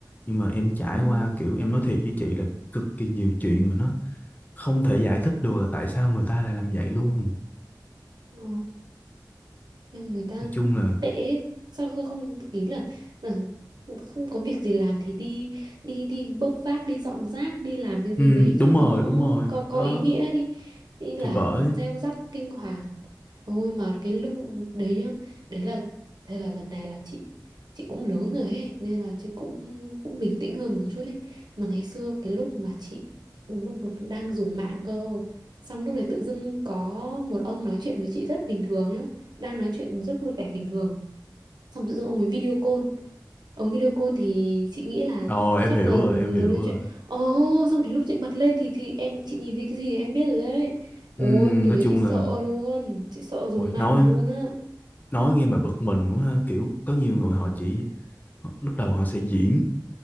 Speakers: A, on the left (about 25°); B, on the right (about 70°).
A: nhưng mà em trải
B: ừ.
A: qua kiểu em nói thiệt với chị là cực kỳ nhiều chuyện mà nó không thể giải thích được là tại sao người ta lại làm vậy luôn
B: Ừ. nhưng người ta
A: nói chung là
B: tệ sao tôi không ý là, là không có việc gì làm thì đi đi đi bốc vác đi dọn rác đi làm cái gì
A: ừ,
B: đấy
A: đúng
B: cho nó
A: rồi đúng rồi
B: có có
A: đó
B: ý nghĩa đi đi làm
A: thì bởi
B: gieo rắc kinh hoàng ôi mà cái lúc đấy nhá đấy là đây là lần này là chị chị cũng lớn rồi ấy nên là chứ cũng cũng bình tĩnh hơn một chút ấy mà ngày xưa cái lúc mà chị lúc đang dùng mạng cơ xong lúc đấy tự dưng có một ông nói chuyện với chị rất bình thường nhá đang nói chuyện rất vui vẻ bình thường xong tự dưng ông ấy video call ông video call thì chị nghĩ là
A: ồ em
B: chắc
A: hiểu
B: là
A: rồi
B: muốn
A: em hiểu
B: nói
A: rồi
B: chuyện ồ oh, xong đến lúc chị bật lên thì thì em chị nhìn thấy cái gì em biết rồi đấy ôi
A: ừ,
B: từ
A: nói
B: đấy
A: chung
B: chị sợ
A: là
B: luôn chị sợ dùng
A: ôi,
B: mạng
A: nói
B: luôn á
A: nói nghe mà bực mình quá ha kiểu có nhiều người họ chỉ họ- lúc đầu họ sẽ diễn